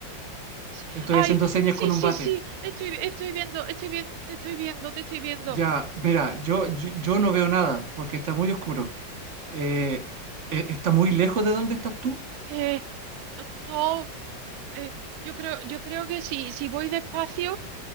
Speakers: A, on the right; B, on the right.
A: Sí.
B: Estoy
A: Ay,
B: haciendo señas
A: sí,
B: con un
A: sí,
B: bate.
A: sí, estoy, estoy viendo, estoy viendo, te estoy viendo, te estoy viendo.
B: Ya, mira, yo, yo, yo no veo nada porque está muy oscuro. Eh, eh, ¿está muy lejos de donde estás tú?
A: Eh, no, eh, yo creo, yo creo que si, si voy despacio,